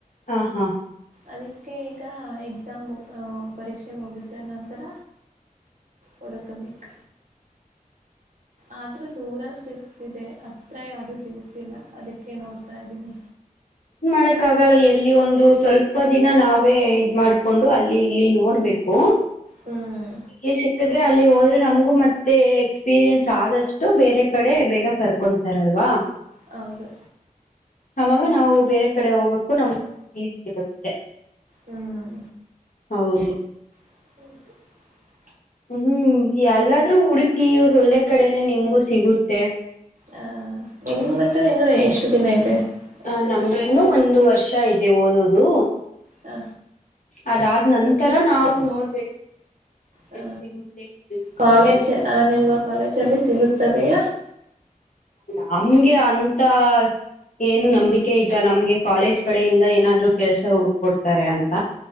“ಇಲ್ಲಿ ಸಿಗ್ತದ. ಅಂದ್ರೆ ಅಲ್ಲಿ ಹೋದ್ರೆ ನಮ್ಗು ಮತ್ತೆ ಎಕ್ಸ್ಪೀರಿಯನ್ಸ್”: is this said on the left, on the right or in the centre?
Left